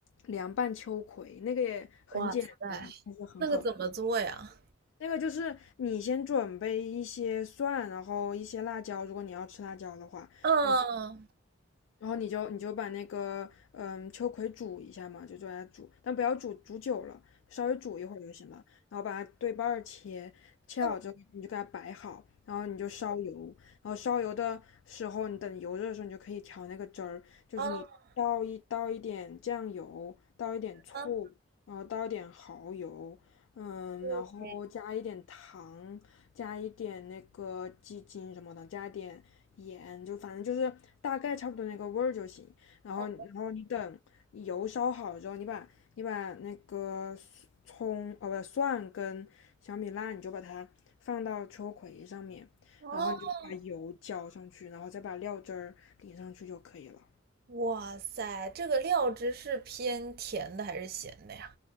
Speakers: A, on the left; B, on the right.
A: 凉拌秋葵，那个也很简单，
B: 哇塞，
A: 但是很好。
B: 那个怎么做呀？
A: 那个就是你先准备一些蒜，然后一些辣椒，如果你要吃辣椒的话，
B: 嗯
A: 然后。然后你就你就把那个嗯秋葵煮一下嘛，就就来煮，但不要煮煮久了，稍微煮一会儿就行了。然后把它对半儿切，切好之后你就给它摆好，
B: 嗯
A: 然后你就烧油，然后烧油的时候，你等油热的时候，你就可以调那个汁儿，就是你倒一倒一点酱油，
B: 嗯
A: 倒一点醋，
B: 嗯
A: 然后倒一点蚝油，嗯，
B: ，OK，
A: 然后加一点糖，加一点那个鸡精什么的，加一点盐，就反正就是大概差不多那个味儿就行。然后，
B: 哦
A: 然后你等油烧好之后，你把你把那个葱，哦不，蒜跟小米辣，你就把它放到秋葵上面，
B: 哦，
A: 然后你就把油浇上去，然后再把料汁儿淋上去就可以了。
B: 哇塞，这个料汁是偏甜的还是咸的呀？